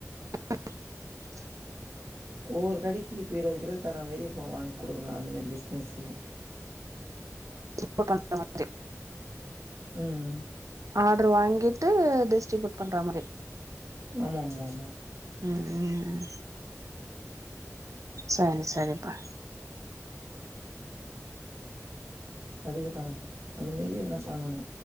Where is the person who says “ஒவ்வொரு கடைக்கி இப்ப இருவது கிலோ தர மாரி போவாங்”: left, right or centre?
Right